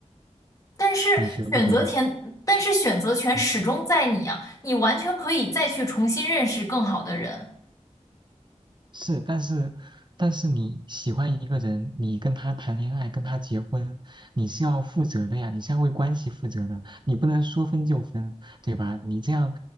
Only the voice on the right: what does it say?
你觉不觉得？
嗯
是，但是但是你喜欢一个人，你跟他谈恋爱，跟他结婚，你是要负责的呀，你是要为关系负责的，你不能说分就分，对吧？你这样，